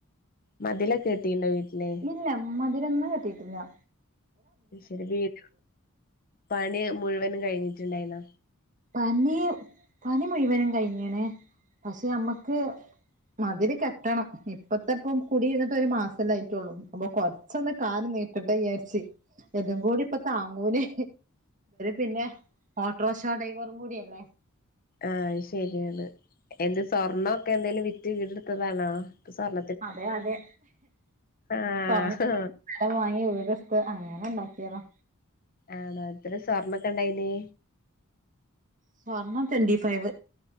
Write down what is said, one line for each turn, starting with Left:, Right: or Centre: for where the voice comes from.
Left: മതില് കെട്ടിയിട്ടുണ്ടോ വീട്ടിലെ -
Right: ഇല്ല മതിലൊന്നും കെട്ടിയിട്ടില്ല.
Left: ശരി വീട് പണി മുഴുവനും കഴിഞ്ഞിട്ടുണ്ടായില്ല.
Right: പണി പണി മുഴുവനും കഴിഞ്ഞണ് പക്ഷേ നമ്മക്ക് മതില് കെട്ടണം ഇപ്പത്തെപോ കുടിയിരുന്നിട് ഒരു മാസംല്ലായിട്ടള്ളൂ അപ്പൊ കൊറ ഇച്ചൊന്ന് കാല നീട്ട്ട്ടെ വിയരിച്ച എല്ലും കൂടി ഇപ്പൊ താങ്ങൂലെ പിന്നെ ഓട്ടോറിക്ഷ ഡ്രൈവർ കൂടിയല്ലേ-
Left: ആഹ അത് ശരിയാണ് എന്ത് സ്വർണൊക്കെ എന്തായാലും വി- വിറ്റ് വീടെടുത്തതാണോ സ്വർ-
Right: അതെ അതെ
Left: ആഹ്
Right: സ്വർണ്ണം കൊടുത്തു സ്ഥലം വാങ്ങി വീട്- അങ്ങനെ ഉണ്ടാക്കിയതാ
Left: ആണോ ഇത്ര സ്വർണ്ണൊക്കെ ഇണ്ടായിന്?
Right: സ്വർണ്ണം ട്വന്റിഫൈവ്.